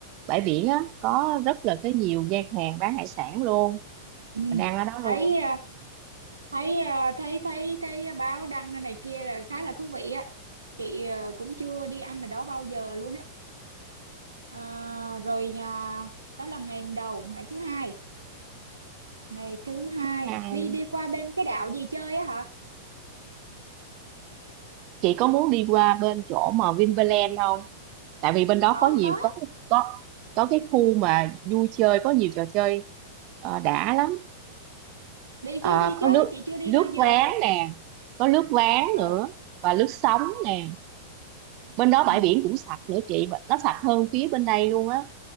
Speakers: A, on the right (about 40°); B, on the right (about 75°).
A: bãi biển á có rất là cái nhiều gian hàng bán hải sản luôn
B: ừ.
A: mình ăn ở đó
B: thấy
A: luôn
B: à, thấy à, thấy thấy thấy báo đăng này kia là khá là thú vị á chị à, cũng chưa đi ăn ở đó bao giờ luôn á à, rồi à, đó là ngày đầu ngày thứ hai ngày thứ hai
A: hay
B: đi đi qua bên cái đảo gì chơi á hả
A: chị có muốn đi qua bên chỗ mà Vinpearl không tại vì bên đó
B: có
A: có nhiều
B: có
A: có cái- có có cái khu mà vui chơi có nhiều trò chơi ờ, đã lắm
B: đi
A: Ờ,
B: chứ đi chứ
A: có nước
B: chị chưa đi
A: nước
B: bao giờ
A: ván nè có nước ván
B: Ờ
A: nữa và nước sóng nè bên đó
B: ừ.
A: bãi biển cũng sạch nữa chị nó sạch hơn phía bên đây luôn á